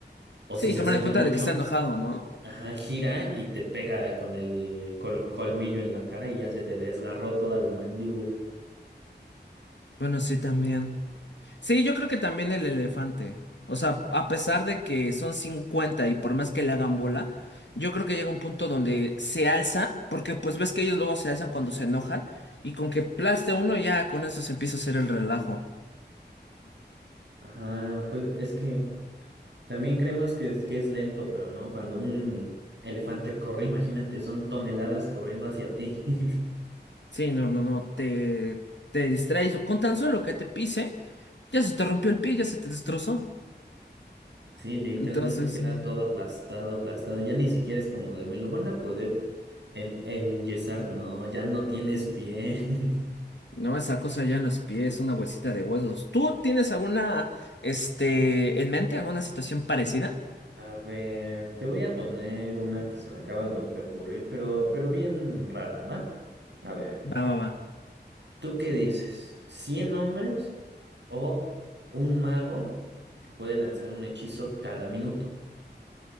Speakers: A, on the right; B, on the left.
A: O si
B: Sí,
A: se
B: tomar
A: acercan
B: en cuenta
A: mucho,
B: de que está enojado, ¿no?
A: ajá, gira y te pega con el col- colmillo en la cara y ya se te desgarró toda la mandíbula.
B: Bueno, sí, también. Sí, yo creo que también el elefante. O sea, a pesar de que son 50 y por más que le hagan bola, yo creo que llega un punto donde se alza, porque pues ves que ellos luego se alzan cuando se enojan y con que plaste uno ya con eso se empieza a hacer el relajo.
A: Ajá, pues es que también creemos que es, que es lento, pero no, cuando un elefante corre, imagínate, son toneladas corriendo hacia ti. <laughs>
B: Sí, no, no, no, te, te distraes o con tan solo que te pise, ya se te rompió el pie, ya se te destrozó.
A: Sí, literalmente
B: Entonces,
A: queda
B: sí.
A: todo aplastado, aplastado. Ya ni siquiera es como de me lo van a poder en enyesar, no, ya no tienes pie. <laughs>
B: No, esa cosa ya no es pie, es una bolsita de huesos. ¿Tú tienes alguna, este, en mente, alguna situación parecida?
A: A ver, te voy a poner una que se me acaba de oc- de ocurrir, pero, pero bien rara, ¿va? A ver.
B: Va, va, va.
A: ¿Tú qué dices? ¿Cien hombres o un mago que puede lanzar un hechizo cada minuto?